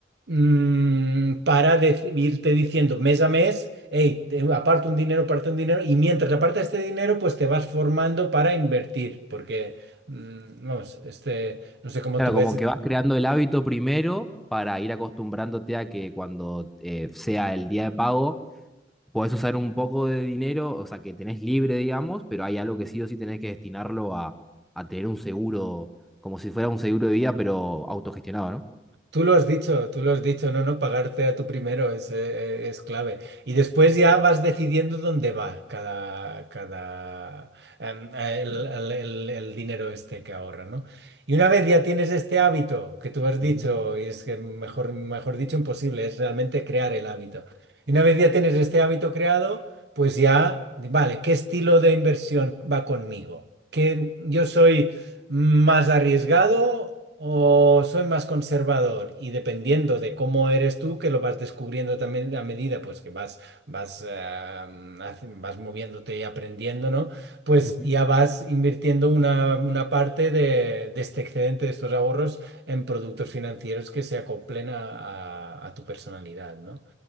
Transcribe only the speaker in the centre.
Claro,
como que vas creando el hábito primero para ir acostumbrándote a que cuando eh, sea el día de pago podés usar un poco de dinero, o sea, que tenés libre, digamos, pero hay algo que sí o sí tenés que destinarlo a, a tener un seguro, como si fuera un seguro de vida, pero autogestionado, ¿no?
Ujú,
ujú.